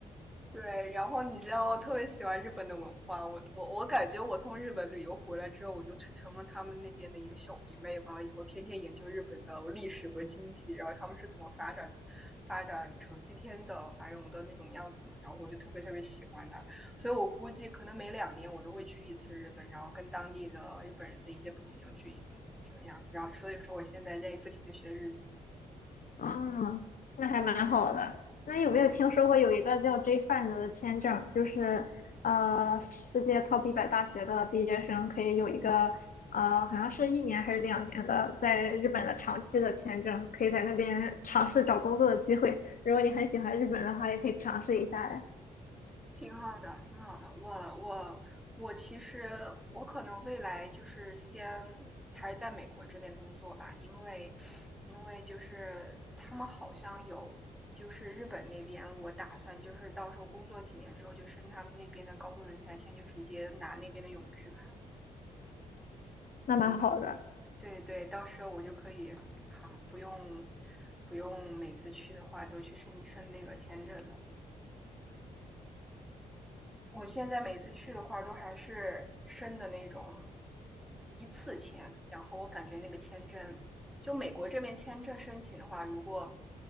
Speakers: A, in the centre; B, on the left (about 55°).
A: 对，然后你知道，我特别喜欢日本的文化。我我我感觉我从日本旅游回来之后，我就成了他们那边的一个小迷妹完了以后天天研究日本的历史和经济，然后他们是怎么发展发展成今天的繁荣的那种样子嘛。然后我就特别特别喜欢那所以我估计可能每两年我都会去一次日本，然后跟当地的日本人的一些朋友聚一聚这个样子。然后所以说我现在在不停的学日语。
B: 嗯，那还蛮好的。那有没有听说过有一个叫 J-Fan 的签证，就是呃，世界 Top 一百大学的毕业生可以有一个呃，好像是一年还是两年的，在日本的长期的签证，可以在那边尝试找工作的机会。如果你很喜欢日本的话，也可以尝试一下。呀。
A: 挺好的，挺好的。我我我其实我可能未来就是先还是在美国这边工作吧，因为因为就是他们好像有就是日本那边，我打算就是到时候工作几年之后就申他们那边的高度人才签，就直接拿那边的永居卡。
B: 那蛮好的。
A: 嗯，对对，到时候我就可以啊，不用不用每次去的话都去申申那个签证了。我现在每次去的话，都还是申的那种一次签，然后我感觉那个签证，就美国这边签证申请的话，如果